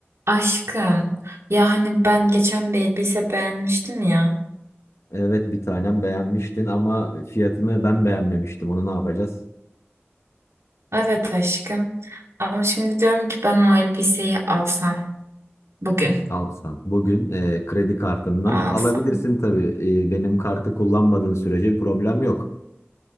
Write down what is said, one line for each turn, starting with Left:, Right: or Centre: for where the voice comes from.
Right: Aşkım. Ya hani ben geçen bir elbise beğenmiştim ya.
Left: Evet bir tanem beğenmiştin ama fiyatını ben beğenmemiştim. Onu ne yapacağız?
Right: Evet aşkım. Ama şimdi diyorum ki ben o elbiseyi alsam. Bugün
Left: Alsan. Bugün e, kredi kartından
Right: alsam.
Left: alabilirsin tabii. E, benim kartı kullanmadığın sürece problem yok.